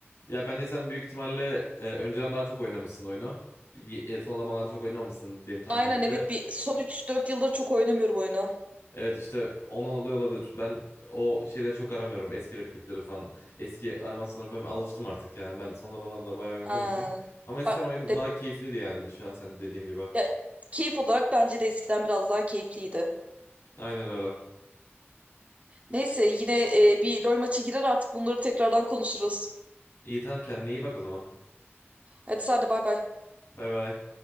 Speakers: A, on the left (about 85°); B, on the right (about 30°).
A: Ya bence sen büyük ihtimalle e, önceden daha çok oynamışsın oyunu. Y- e, son zamanlarda çok oynamamışsın benim tahminimce.
B: Aynen evet bir son üç dört yıldır çok oynamıyorum oyunu.
A: Evet işte ona oluyor olabilir. Ben o şeyleri çok aramıyorum. Eski replikleri falan. Eski animasyonları falan alıştım artık yani. Ben son zamanlarda da bayağı oynadığım
B: Ha.
A: için. Ama eskiden
B: A-
A: oyun
B: e,
A: daha keyifliydi yani şahsen dediğim gibi.
B: e, keyif olarak bence de eskiden biraz daha keyifliydi.
A: Aynen öyle.
B: Neyse yine e, bir LoL maçı girer artık bunları tekrardan konuşuruz.
A: İyi tamam kendine iyi bak o zaman.
B: Hadi sen de bay bay.
A: Bay bay.